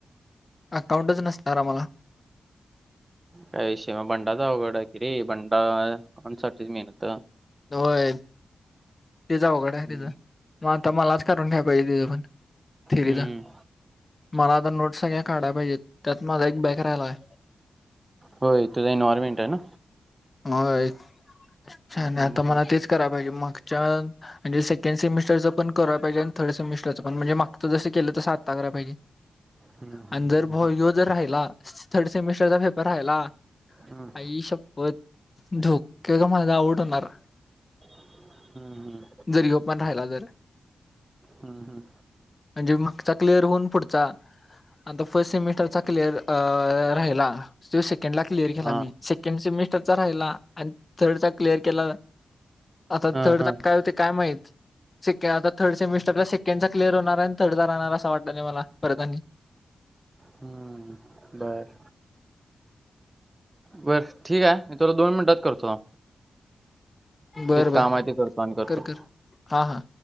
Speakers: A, on the left; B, on the right.
A: अकाउंटचं नसणांर आं म्हांला
B: काही विषय मग भंडाचावघडा किरी बंडासाठीच मेहनत.
A: होय तेचावघड आहे
B: हम्म.
A: तिचं. म तमलालाचकारून ठ्या प दो पण त
B: हम्म.
A: रत मला आता नोट सगळ्या काढाला पाहिजेत त्यात माझा एक बॅक राहिला आहे
B: होय तझ इन्वयरमेंट आहे ना
A: होच्छ आणि
B: हम्म,
A: आता
B: हम्म.
A: मला तेच कराय पाहिजे मागच्या म्हणे सेकंड सेमिस्रं पण करांहिे आणि थर्ड सेमिस्रं पणजे माग जसं केलं तर साता करायहिजे
B: हम्म, हम्म,
A: आणि जर भा
B: हम्म,
A: यो जर राहिला थर्ड सेमिस्टरचा पेपर राहिला
B: हम्म.
A: आई शप्पथ धोके का माझ आवठ होणार.
B: हम्म हम्म
A: जरी पण राहिला ज
B: हम्म हम्म
A: म्हणजे मागचा क्लिअर होऊन पुढचा. आणिता फर्स्ट सेमिस्टरचा क्लिअर राहिला तो सेकंड ला क्लिअर केला
B: हां
A: मी केम सेमिस्टर चा राहिला आणि थर्ड चा क्लिअर केला. आता
B: हां
A: थड
B: हां
A: काय होते काय माहीत सेक आता थर्ड सेमिस्टरला सेकंड चा क्लियर होणार आणि थर्डचा राहणार असा वाटालय मला परत आणि.
B: हम्म बर बर ठीक आहे मी तुला दोन मिनिटात करतो
A: बरं
B: ते
A: बरं
B: काम आहे ते करतो आणि करतो
A: कर कर हा हा